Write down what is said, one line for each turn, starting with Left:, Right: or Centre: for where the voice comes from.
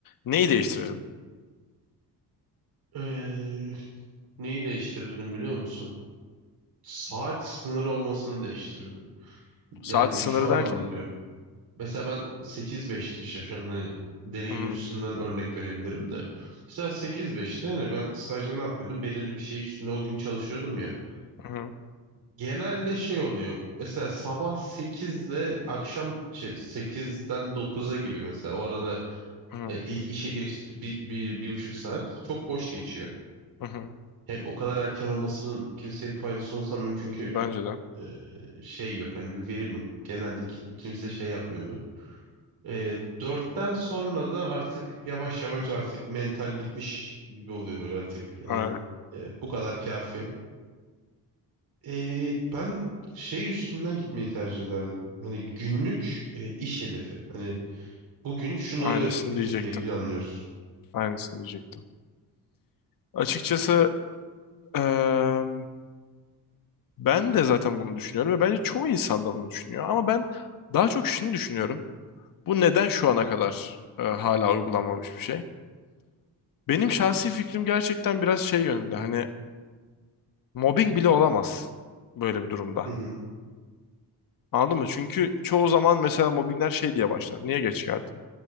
Left: Neyi değiştirirdin?
Right: Ee, neyi değiştirirdim biliyor musun? Saat sınırı olmasını değiştirirdim.
Left: Saat
Right: Yani
Left: sınırı
Right: şu anlamda
Left: derken?
Right: diyorum. Mesela ben sekiz 5ti işte şu an hani deneyim
Left: Hı hı,
Right: üstünden örnek verebilirim de. Mesela sekiz 5te hani ben stajda ne yapıyordum? Belirli bir şey üstünde o gün çalışıyordum ya.
Left: hı
Right: Genelde şey oluyor. Mesela sabah 8 ile akşam şey, 8'den 9'a gibi mesela. O arada
Left: hı,
Right: e, ilk işe girişteki bir, bir, bir buçuk saat çok boş geçiyor.
Left: hı hı.
Right: Hem o kadar erken olmasının kimseye bir faydasını sanmıyorum çünkü
Left: Bence de.
Right: e, şey yok hani bir verim yok. Genelde ki- kimse şey yapmıyordu. E, 4'ten sonra da artık yavaş yavaş artık mental bitmiş gibi oluyor böyle artık. Hani
Left: Aynen.
Right: e, bu kadar kafi. Ee, ben şey üstünden gitmeyi tercih ederdim. Hani günlük e, iş hedefi. Hani bugün şunları
Left: Aynısını
Right: bitirmeyi
Left: diyecektim.
Right: planlıyoruz.
Left: Aynısını diyecektim. Açıkçası eee, ben de zaten bunu düşünüyorum ve bence çoğu insan da bunu düşünüyor. Ama ben daha çok şunu düşünüyorum. Bu neden şu ana kadar eee, hala uygulanmamış bir şey? Benim şahsi fikrim gerçekten biraz şey yönünde. Hani mobbing bile olamaz böyle bir durumda.
Right: Hı hı.
Left: Anladın mı? Çünkü çoğu zaman mesela mobbingler şey diye başlar. Niye geç geldin?